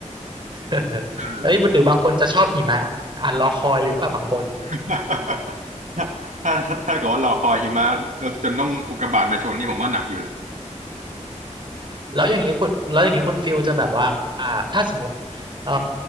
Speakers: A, on the right (about 40°); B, on the right (about 80°).
A: <laughs>
B: เออ
A: เฮ้ยหรือบางคนจะชอบหิมะอ่านรอคอยอยู่ป่ะบางคน
B: <laughs> ถ้าถ้าถ้าเกิดว่าเราคอยหิมะเราจนต้องอุกกาบาตมาชนนี่ผมว่าหนักอยู่เลย
A: แล้วอย่างนี้คุณแล้วอย่างนี้คุณฟิลจะแบบว่าอ่าถ้าสมมติเอ่อ